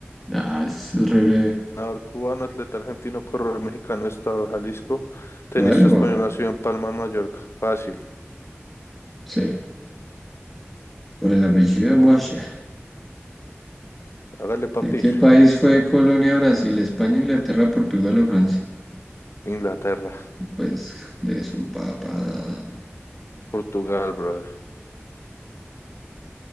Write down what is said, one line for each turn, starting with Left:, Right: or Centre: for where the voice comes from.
Centre: Ah, eso es re breve.
Left: Nadador cubano, atleta argentino, corredor mexicano, Estado de Jalisco, tenista
Centre: Vale, papá.
Left: español, nacido en Palma, Mallorca. Fácil.
Centre: Sí, por el apellido de Moshe.
Left: Hágale, papi.
Centre: ¿De qué país fue colonia Brasil, España, Inglaterra, Portugal o Francia?
Left: Inglaterra,
Centre: Pues de su papá.
Left: Portugal, brother.